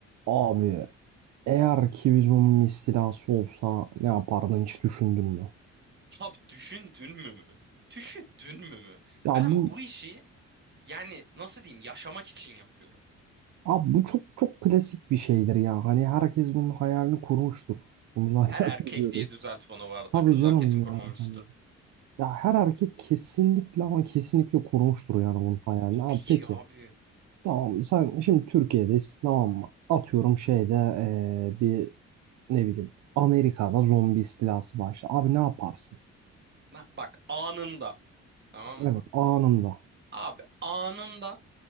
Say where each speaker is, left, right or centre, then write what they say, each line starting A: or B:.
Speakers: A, on the right; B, on the right.
A: Abi eğer ki bir zombi istilası olsa ne yapardın hiç düşündün mü?
B: Abi düşündün mü mü? Düşündün mü mü?
A: Ya
B: Ben
A: bu
B: bu işi yani nasıl diyeyim yaşamak için yapıyorum.
A: abi bu çok çok klasik bir şeydir ya. Hani herkes bunun hayalini kurmuştur. Bunu zaten
B: Her erkek
A: <laughs> biliyoruz.
B: diye düzelt bana vardı.
A: Tabii
B: Kızlar
A: canım
B: kesin korumamıştır.
A: yani hani. Ya her erkek kesinlikle ama kesinlikle kurmuştur yani bunun hayalini.
B: Tabii
A: Abi
B: ki
A: peki
B: abi.
A: tamam sen şimdi Türkiye'deyiz tamam mı? Atıyorum şeyde eee, bir ne bileyim Amerika'da zombi istilası başladı. Abi ne yaparsın?
B: Na- bak anında tamam
A: Evet
B: mı?
A: anında.
B: Abi anında